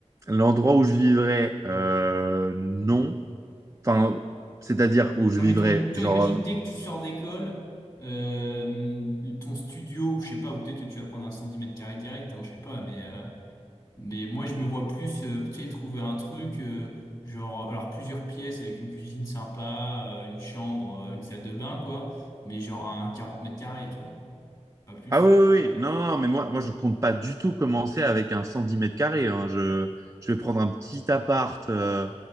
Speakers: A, on the right; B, on the left.
A: l'endroit où je vivrais, euh, non. Enfin, c'est-à-dire où je
B: Non,
A: vivrais,
B: mais ton, tu
A: genre.
B: vois, imagine
A: euh,
B: dès que tu sors d'école, euh, ton studio, ou je sais pas, ou peut-être que tu vas prendre un 110 mètres carrés direct, hein, je sais pas, mais, euh, mais moi, je me vois plus euh, peut-être trouver un truc, euh, genre, alors plusieurs pièces avec une cuisine sympa, euh, une chambre, euh, une salle de bain, quoi, mais genre un 40 mètres carrés, tu vois, pas plus.
A: ah oui, oui, oui. Non, non, non, mais moi, moi, je compte pas du tout commencer avec un 110 mètres carrés. hein. Je, je vais prendre un petit appart. euh,